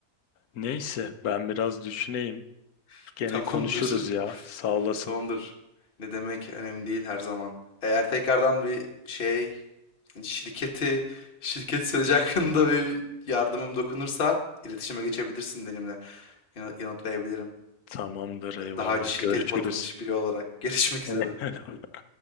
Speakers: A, on the left; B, on the left.
A: Neyse ben biraz düşüneyim.
B: <laughs>
A: Gene
B: Tamamdır.
A: konuşuruz ya. Sağ olasın.
B: <laughs> Tamamdır. Ne demek önemli değil her zaman. Eğer tekrardan bir şey hani şirketi şirket süreci <laughs> hakkında bir yardımım dokunursa iletişime geçebilirsin benimle. Yana- Yanıtlayabilirim.
A: Tamamdır eyvallah.
B: Daha önce şirket
A: Görüşürüz.
B: batırmış biri olarak. Görüşmek
A: <laughs>
B: üzere.